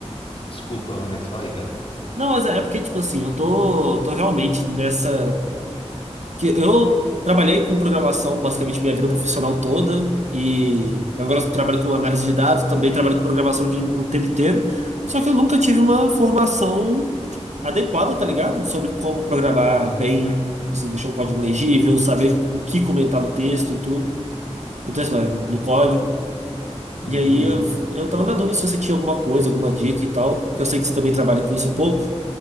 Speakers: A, on the left; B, on the right.
A: desculpa, Alex. Falei, cara.
B: Não, mas é porque, tipo assim, eu tô, tô realmente nessa. que eu trabalhei com programação basicamente minha vida profissional toda e agora eu trabalho com análise de dados, também trabalho com programação de- o tempo inteiro. Só que eu nunca tive uma formação adequada, tá ligado? Sobre como programar bem, assim, deixar o código legível, saber o que comentar no texto e tudo. No texto, não, é, no, no código.
A: Entendi.
B: E aí eu, eu tava na dúvida se você tinha alguma coisa, alguma dica e tal, que eu sei que você também trabalha com isso um pouco.